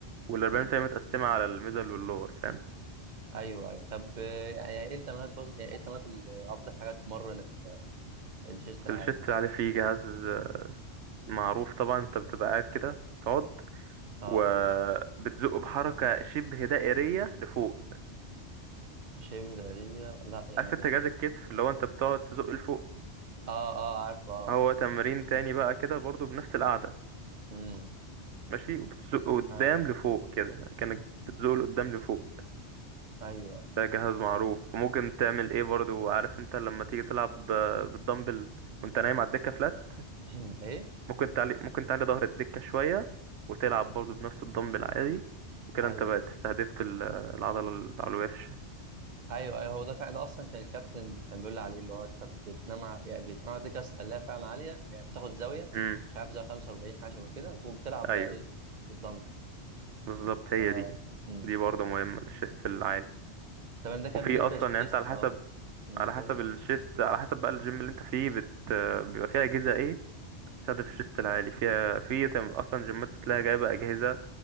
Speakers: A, on the right; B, on the right.
A: والأربعين
B: مم.
A: في المية متقسمة على الميدل واللور فاهم
B: ايوه ايوه طب آه، يعني ايه التمرينات بص... يعني ايه التمرينات ال- افضل حاجه تمرن ال... الشيست العالي
A: الشيست العالي فيه جهاز آه، معروف طبعا انت بتبقى قاعد كده تقعد
B: اه
A: وبتزقه بحركة شبه دائرية لفوق
B: شايف دارية لا يعني
A: عارف انت جهاز الكتف اللي هو انت بتقعد تزق لفوق
B: اه اه عارفه اه
A: هو تمرين تاني بقى كده برضو بنفس القعدة
B: امم
A: ماشي وبتزقه قدام
B: ايوه
A: لفوق كده كأنك بتزقه لقدام لفوق
B: ايوه ايوه
A: ده جهاز معروف وممكن تعمل ايه برضو عارف انت لما تيجي تلعب ب- بالدمبل وانت نايم على الدكة فلات
B: <clears throat> ايه
A: ممكن تعلي ممكن تعلي ظهر الدكة شوية وتلعب برضو بنفس الدمبل عادي وكده
B: ايوه
A: انت بقى استهدفت ال- العضلة العلوية في الشيست
B: ايوه ايوه هو ده فعلا ده اصلا كان الكابتن كان بيقول لي عليه اللي هو انت بتنام ع- يعني بتنام على دكه بس تخليها فعلا عاليه يعني بتاخد زاويه
A: امم
B: مش عارف زاويه 45 حاجه شبه كده وبتلعب
A: ايوه
B: بقى ايه بال- بالدمبل
A: بالظبط هي
B: ف
A: دي
B: مم.
A: دي برضو مهمة للشيست العالي
B: تمام ده كان
A: وفي
B: بالنسبه
A: اصلا
B: للشيست
A: يعني انت على
B: اه
A: حسب
B: مم.
A: على حسب
B: قول قول.
A: الشيست على حسب بقى الجيم اللي انت فيه بت... بيبقى فيه اجهزة ايه تستهدف الشيست العالي فيها في تم- اصلا جيمات بتلاقي جايبه اجهزه